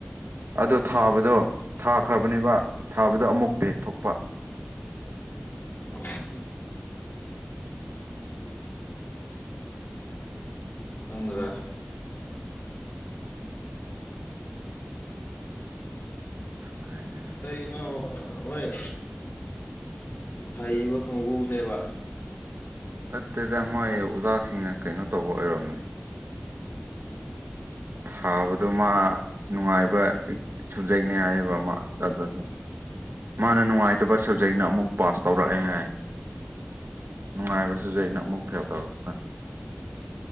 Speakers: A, on the right; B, on the left.
A: ꯑꯗꯣ ꯊꯥꯕꯗꯣ ꯊꯥꯈ꯭ꯔꯕꯅꯦꯕ ꯊꯥꯕꯗꯣ ꯑꯃꯨꯛ ꯕꯦꯛ ꯊꯣꯛꯄ꯫
B: ꯑꫭ꯫ ꯈꯪꯗꯔꯦ꯫
A: ꯑꯗꯨꯏꯅꯤ꯫
B: ꯀꯩꯅꯣ ꯍꯣꯏ ꯍꯩꯕ ꯀꯥꯡꯕꯨꯅꯦꯕ꯫
A: ꯅꯠꯇꯦꯗ ꯃꯣꯏ ꯑꯣꯖꯥꯁꯤꯡꯅ ꯀꯩꯅꯣ ꯇꯧꯕ ꯑꯣꯏꯔꯝꯅꯤ꯫ ꯊꯥꯕꯗꯣ ꯃꯥ ꯅꯨꯡꯉꯥꯏꯕ ꯁꯕꯖꯦꯛꯅꯤ ꯍꯥꯏꯑꯦꯕ ꯑꯃ ꯑꯗꯥꯗ꯫ ꯃꯥꯅ ꯅꯨꯡꯉꯥꯏꯇꯕ ꯁꯕꯖꯦꯛꯅ ꯑꯃꯨꯛ ꯄꯥꯁ ꯇꯧꯔꯛꯑꯦ ꯍꯥꯏ꯫ ꯅꯨꯡꯉꯥꯏꯕ ꯁꯕꯖꯦꯛꯅ ꯑꯃꯨꯛ ꯐꯦꯜ ꯇꯧꯔꯛꯄ꯫